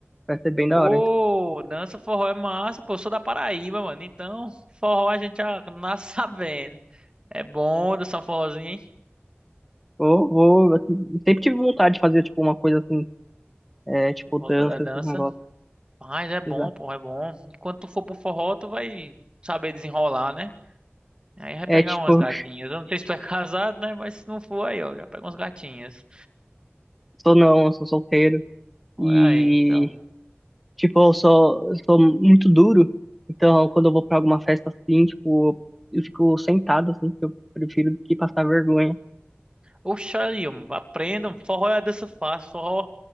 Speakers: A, in the centre; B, on the right.
A: Vai ser bem da
B: Pô,
A: hora.
B: dança forró é massa, pô, eu sou da Paraíba, mano. Então, forró a gente já <laughs> nasce sabendo. É bom dançar um forrozinho, hein?
A: Vou, vou, assim, sempre tive vontade de fazer, tipo, uma coisa assim, é, tipo,
B: Por volta
A: dança,
B: da dança.
A: esses negócios,
B: Mas é bom,
A: sei lá.
B: pô, é bom. E quando tu for pro forró, tu vai saber desenrolar, né? Aí vai
A: É,
B: pegar
A: tipo,
B: umas gatinhas.
A: <laughs>
B: Eu não sei se tu é <laughs> casado, né? Mas se não for, aí, ó, já pega umas gatinhas.
A: sou não, eu sou solteiro
B: Olha
A: e,
B: aí, então.
A: tipo, eu sou, eu sou muito duro. Então, quando eu vou pra alguma festa assim, tipo, eu fico sentado, assim, porque eu prefiro do que passar vergonha.
B: Oxa, aí, ó, aprendam. Forró é a dança fácil. Forró,